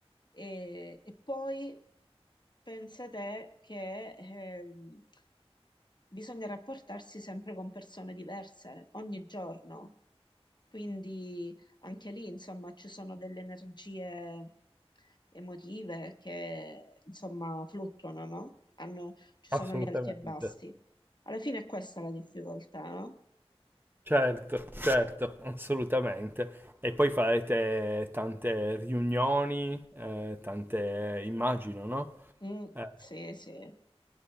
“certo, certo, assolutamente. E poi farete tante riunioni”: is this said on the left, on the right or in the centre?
Right